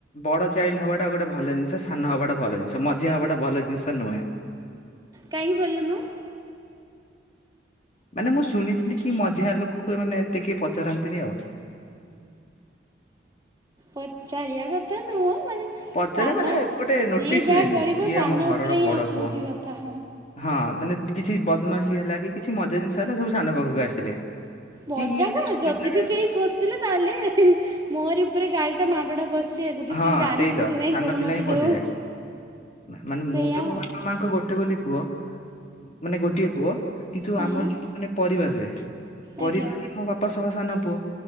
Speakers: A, on the left (about 40°); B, on the right (about 20°).
A: ବଡ ଚାଇଲ୍ଡ ହବାଟା ଗୋଟେ ଭଲ ଜିନିଷ, ସାନ ହବା ଟା ଭଲ ଜିନିଷ, ମଝିଆ ହବାଟା ଭଲ ଜିନିଷ ନୁହେଁ।
B: କାଇଁ ଭଲ ନୁ?
A: ମାନେ ମୁଁ ଶୁଣିଥିଲି କି ମଝିଆ ଲୋକକୁ ମାନେ ଏତେ କିଏ ପଚାରନ୍ତିନି ଆଉ।
B: ପଚାରିବା କଥା ନୁହଁ ମାନେ
A: ପଚାରେ
B: ସାନ,
A: ମାନେ ଗୋଟେ ନୋଟିସ
B: ଯିଏ ଯାହା
A: ହୁଏନି
B: କରିବ
A: ଆଉ। ଇଏ
B: ସାନ
A: ଆମ ଘରର
B: ଉପରେ ହିଁ
A: ବଡ
B: ଆସିଯାଉଛି
A: ପୁଅ।
B: କଥା।
A: ହଁ ମାନେ କିଛି ବଦମାସି ହେଲା କି କିଛି ମଜା ଜିନିଷ ହେଲା ସବୁ ସାନ ପାଖକୁ ଆସିଲେ।
B: ମଜା
A: କି ଇଏ ଗୋଟେ
B: କଣ?
A: ଛୋଟ
B: ଯଦି
A: ପିଲାଟା
B: ବି କେହି
A: କ
B: ଫସିଲେ ତାହେଲେ ମୋରି ଉପରେ ଗାଳିଟା ମାଡ଼ଟା ବସ ସେ ଦିଦି
A: ହଁ
B: ତୁ ଜାଣିଥିଲୁ
A: ସେଇ ତ
B: ତୁ କାଇ
A: ସାନ
B: କହୁନଥିଲୁ
A: ପିଲା ହିଁ ପଶିଯାଏ। ମାନେ
B: ସେଇୟା
A: ମୁଁ ତ ମୋ ବାପା ମାଙ୍କ ଗୋଟେ ବୋଲି ପୁଅ, ମାନେ ଗୋଟିଏ ପୁଅ। କିନ୍ତୁ
B: ହୁଁ
A: ଆମର ଯୋଉ ମାନେ ପରିବାରରେ, ପରିବାରରେ
B: ଆଜ୍ଞା
A: ମୋ ବାପା ସଭା ସାନ ପୁଅ।